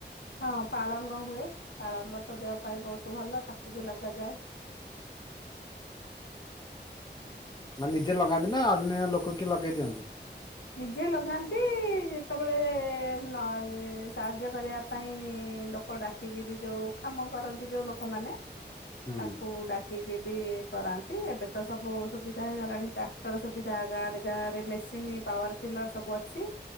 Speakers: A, on the left; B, on the left.
A: ହଁ ପାଳଙ୍ଗ ହୁଏ ପାଳଙ୍ଗ ତ ଦେହ ପାଇଁ ବହୁତ ଭଲ ତାକୁ ବି ଲଗାଯାଏ।
B: ମାନେ ନିଜେ ଲଗାନ୍ତି ନା ଅନ୍ୟ ଲୋକ କିଏ ଲଗେଇ ଦିଅନ୍ତି?
A: ନିଜେ ଲଗାନ୍ତି ଯେତେବେଳେ ନ ଏ ସାହାଯ୍ୟ କରିବା ପାଇଁ ଇଁ ଲୋକ ଡାକିକି ବି ଯୋଉ କାମ କରନ୍ତି ଯୋଉ ଲୋକମାନେ
B: ହୁଁ
A: ତାଙ୍କୁ ଡା କି କି ବି କରାନ୍ତି ଏବେ ତ ସବୁ ସୁବିଧା ହେଇଗଲାଣି ଟ୍ରାକ୍ଟର ସୁବିଧା ଗାଁରେ ଗାଁରେ ମେସିନି ପାୱାର ଟିଲର ସବୁ ଅଛି।